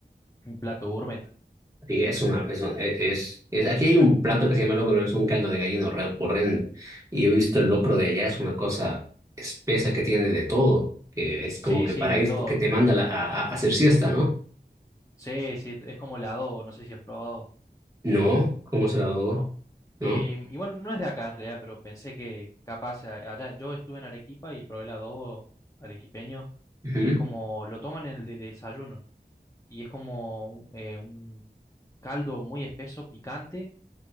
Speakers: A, on the left (about 20°); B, on the right (about 20°).
A: un plato gourmet.
B: Sí, es una, es, un- e, es, es- aquí hay un plato que se llama locro, pero es un caldo de gallina horre- horrendo. Y he visto el locro de allá, es una cosa espesa que tiene de todo, que es como
A: Sí,
B: que
A: sí,
B: para
A: de
B: ir,
A: todo.
B: que te manda a, la- a- a hacer siesta, ¿no?
A: Sí, sí, es como el adobo, no sé si has probado.
B: No, ¿cómo se la doy?
A: ¿no?
B: ¿No?
A: Y, igual no es de acá en realidad, pero pensé que capaz a- allá, yo estuve en Arequipa y probé el adobo arequipeño,
B: Ujú.
A: que es como, lo toman en el de- desayuno, y es como eh, un caldo muy espeso, picante,